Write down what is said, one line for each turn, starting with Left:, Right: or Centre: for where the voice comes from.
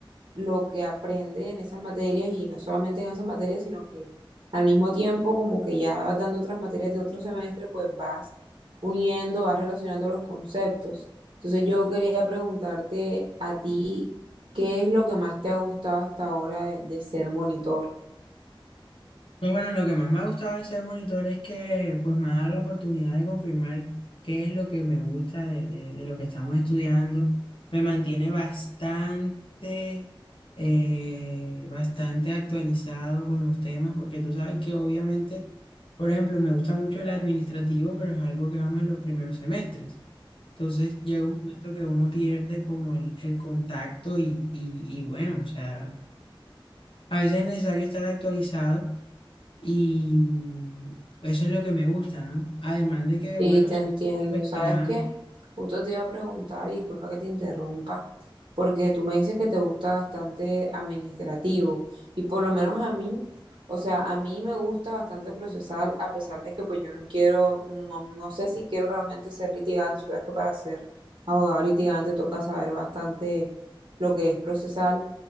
Right: lo que aprende en esas materias y no solamente en esas materias, sino que al mismo tiempo como que ya vas dando otras materias de otro semestre, pues vas uniendo, vas relacionando los conceptos. Entonces yo quería preguntarte a ti, ¿qué es lo que más te ha gustado hasta ahora de, de ser monitor?
Left: No, bueno, lo que más me ha gustado de ser monitor es que pues me ha dado la oportunidad de confirmar qué es lo que me gusta de, de- de lo que estamos estudiando. Me mantiene bastante, eh, bastante actualizado con los temas, porque tú sabes que obviamente, por ejemplo, me gusta mucho el administrativo, pero es algo que vamos en los primeros semestres. Entonces llega un momento que uno pierde como el, el contacto y, y, y bueno, o sea, a veces es necesario estar actualizado. Y eso es lo que me gusta, ¿no? Además de que,
Right: Sí,
Left: bueno,
Right: te
Left: sí,
Right: entiendo.
Left: estoy investigando,
Right: ¿Sabes qué? Justo te iba a preguntar, y disculpa que te interrumpa, porque tú me dices que te gusta bastante administrativo, y por lo menos a mí, o sea, a mí me gusta bastante procesal, a pesar de que pues yo no quiero, no, no sé si quiero realmente ser litigante, tú sabes que para ser abogado litigante toca saber bastante lo que es procesal,